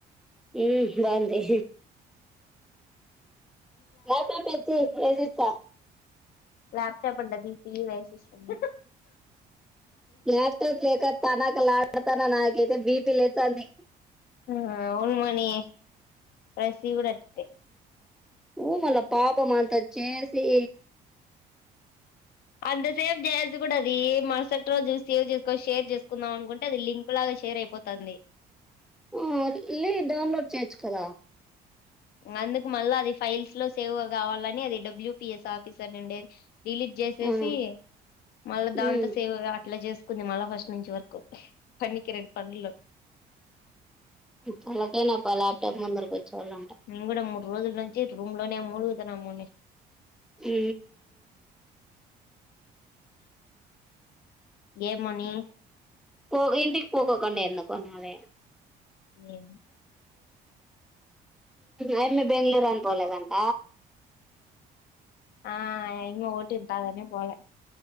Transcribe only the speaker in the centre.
మ్మ్ బాగుంది <unintelligible> పేచ్చీ ఏసిస్తా
లాప్టాప్ లేక తనఖలాడతన నాకైతే బీపీ లేచంది
ఊ మలా పాపమాంతచ్చేసి
ఆ ఇలీ డౌన్లోడ్ చేయొచ్చు కదా
ఆ,
ఉమ్.
తలకాయనొప్ప ఆల్యాప్టాప్ ముందర కుచ్చోళ్ళంటే
ఈ
పోక ఇంటికి పోకోకుండే ఎందుకొన్నాదే
అయ మి బెంగళూరు అని పోలేదంట